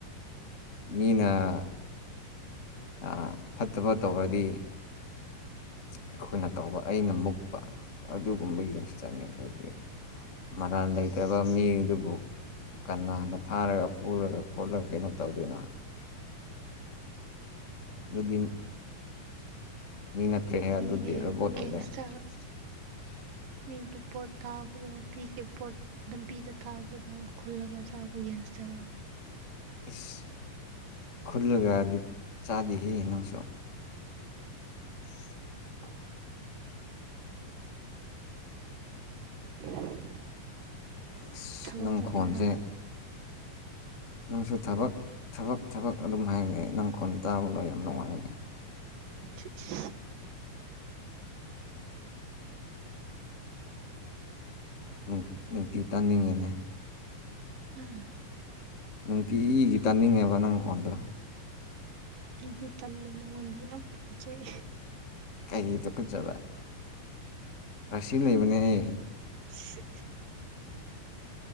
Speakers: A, on the left; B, on the right.
A: ꯃꯤꯅꯥ ꯑꯥ ꯐꯠꯇꯕ ꯇꯧꯔꯗꯤ ꯑꯩꯈꯣꯏꯅ ꯇꯧꯕ ꯑꯩꯅ ꯃꯨꯛꯄ ꯑꯗꯨꯒꯨꯝꯕ ꯒꯦꯡꯁꯇꯔꯅꯦ ꯑꯈꯣꯏꯗꯤ ꯃꯔꯥꯜ ꯂꯩꯇꯕ ꯃꯤ ꯑꯗꯨꯕꯨ ꯀꯅꯟꯅꯥ ꯐꯥꯔꯒ ꯐꯨꯔꯒ ꯈꯣꯠꯂꯒ ꯀꯩꯅꯣ ꯇꯧꯗꯣꯏꯅꯣ ꯗꯨꯗꯤꯝ ꯃꯤ ꯅꯠꯇ꯭ꯔꯦꯍꯦ
B: ꯃꯤ
A: ꯑꯗꯨꯗꯤ
B: ꯑꯦ
A: ꯔꯣꯕꯣꯠ ꯑꯣꯜꯂꯦ
B: ꯒꯦꯡꯁꯇꯔ
A: <inaudible>
B: ꯃꯤꯒꯤ ꯄꯣꯠ ꯊꯥꯕꯗꯣ ꯃꯤꯒꯤ ꯄꯣꯠ ꯂꯝꯕꯤꯗ ꯊꯥꯕꯗꯣ ꯈꯨꯜꯂꯒ ꯆꯥꯕ ꯌꯦꯟꯁꯇ꯭ꯔꯔꯣ
A: ꯏꯁ ꯈꯨꯜꯂꯒꯗꯤ ꯆꯥꯗꯦꯍꯦ ꯅꯪꯁꯨ <inaudible>
B: <inaudible>
A: ꯑꯁ
B: ꯊꯕꯛ
A: ꯅꯪ
B: ꯆꯠꯂꯣꯅ
A: ꯈꯣꯟꯖꯦ ꯅꯪꯁꯨ ꯊꯕꯛ ꯊꯕꯛ ꯊꯕꯛ ꯑꯗꯨꯝ ꯍꯥꯏꯑꯦꯅꯦ ꯅꯪ ꯈꯣꯟ ꯇꯥꯕꯗꯣ ꯌꯥꯝ ꯅꯨꯡꯉꯥꯏ
B: <inaudible>
A: ꯅꯨ ꯅꯨꯡꯇꯤ ꯇꯥꯅꯤꯡꯉꯤꯅꯦ
B: <inaudible>
A: ꯅꯨꯡꯇꯤꯏꯒꯤ ꯇꯥꯅꯤꯡꯉꯦꯕ ꯅꯪ ꯈꯣꯟꯗꯣ
B: ꯑꯩꯗꯤ ꯇꯜꯂꯦ ꯅꯪꯉꯣꯟꯗ ꯌꯥꯝ ꯄꯨꯛꯆꯩ
A: ꯀꯩꯒꯤ ꯇꯨꯀꯠꯆꯥꯕ ꯔꯥꯁꯤ ꯂꯩꯕꯅꯦ ꯑꯩ
B: ꯁꯤ